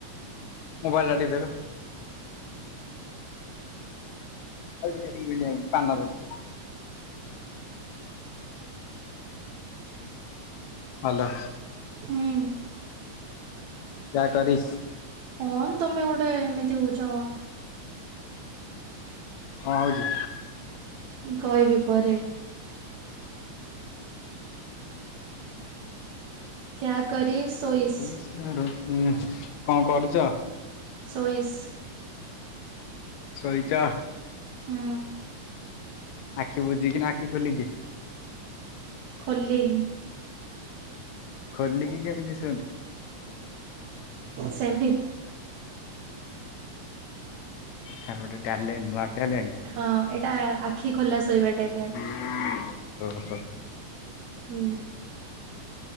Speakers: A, on the left; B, on the right.
A: ମୋବାଇଲଟା ଟିକେ ଦେଲୁ। <inaudible> ହାଲୋ।
B: ହୁଁ
A: କ୍ୟା କରିସ।
B: କଣ ତମେ ଗୋଟେ ଏମିତି ହଉଚ।
A: କଣ ହଉଚି?
B: କହିବି ପରେ। କ୍ୟା କରିସ ସୋଇସ।
A: <inaudible> କଣ କରୁଚ?
B: ସୋଇସ୍।
A: ଶୋଇଚ
B: ହୁଁ
A: ଆଖି ବୁଝିକିନା ଆଖି ଖୋଲିକି?
B: ଖୋଲିକି।
A: ଖୋଲିକି କେମିତି ଶୁଅନ୍ତି?
B: ସେମିତି।
A: ସାଙ୍ଗ ଗୋଟେ ଟ୍ୟାଲେଣ୍ଟ ନୂଆ ଟ୍ୟାଲେଣ୍ଟ।
B: ହଁ ଏଇଟା ଆଖି ଖୋଲା ଶୋଇବା ଟ୍ୟାଲେଣ୍ଟ।
A: <inaudible> ଓହୋ
B: ହୁଁ।